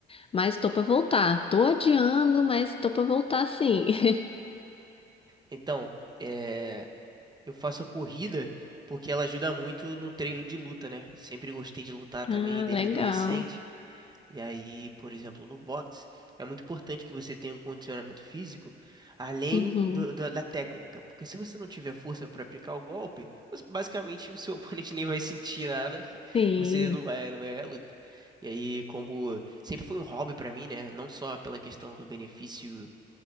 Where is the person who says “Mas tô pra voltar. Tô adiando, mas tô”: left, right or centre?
Left